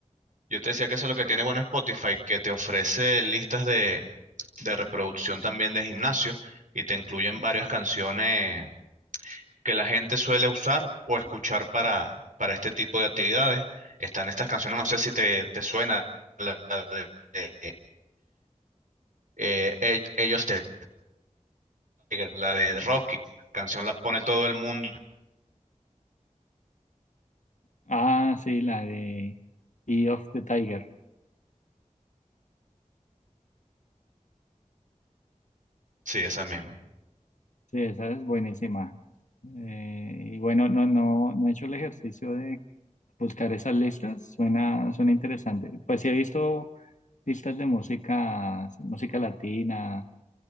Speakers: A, on the right; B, on the left.
A: yo te decía que eso es lo que tiene bueno Spotify, que te ofrece listas de, de reproducción también de gimnasio y te incluyen varias canciones que la gente suele usar o escuchar para, para este tipo de actividades. Están estas canciones, no sé si te, te suena, la de, de, eh, e- Ellos te, la de Rocky, canción la pone todo el mundo.
B: Ah, sí, la de E of the Tiger.
A: Sí, esa misma.
B: Sí, esa es buenísima. Eh, y bueno, no, no, no he hecho el ejercicio de buscar esas listas, suena, suena interesante. Pues sí he visto listas de música, música latina,